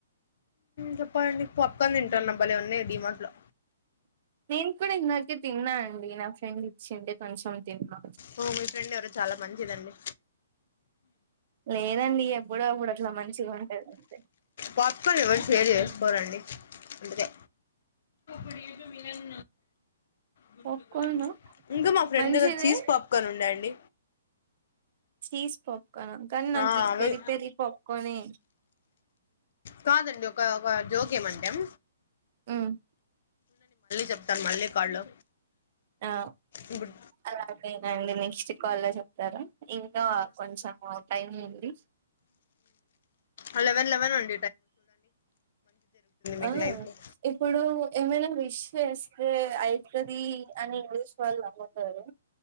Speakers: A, on the left; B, on the right.
A: చెప్పండి పాప్ కాన్ తింటాన బలే ఉంది డిమాట్ లో
B: నేను కూడా ఇందకే తిన్నా అండి నా ఫ్రెండ్ ఇచ్చింది కొంచెం తిన్నా
A: ఓ మీ ఫ్రెండ్ ఎవరో చాలా మంచిదండి
B: లేదండి ఎప్పుడో అప్పుడు అట్లా మంచిగా ఉంటద్ అంతే
A: పాప్ కాన్ ఎవర్ షేర్ చేసుకోరండి ఉంటాదే పీర్ వినన్ <unintelligible>
B: పాప్కార్న్
A: ఇంగ్ మా ఫ్రెండ్
B: మంచిదే
A: చీజ్ పాప్ కాన్ ఉండే అండి
B: చీస్ పాప్ కాన్ అ కన్ నాకి
A: ఆ అవి
B: పెరి పెరి పాప్ కానే
A: కాదండి ఒక ఒక జోక్యమంటాం
B: హుమ్
A: చెప్తాను మళ్ళీ కాల్లో
B: ఆ
A: ఇప్పుడు
B: అలాగేనండి నెక్ స్టు కాల్ లో చెప్ తర ఇంకా కొంచము టైం ఉంది
A: అ లెవెన్ లెవెన్ అండ్ మీకు
B: ఆ
A: లైఫ్ లో
B: ఇప్పుడు ఏమైనా విష్ చెస్ ఎ ఐతది అని ఇంగ్లిష్ వాళ్లు లంగోతరు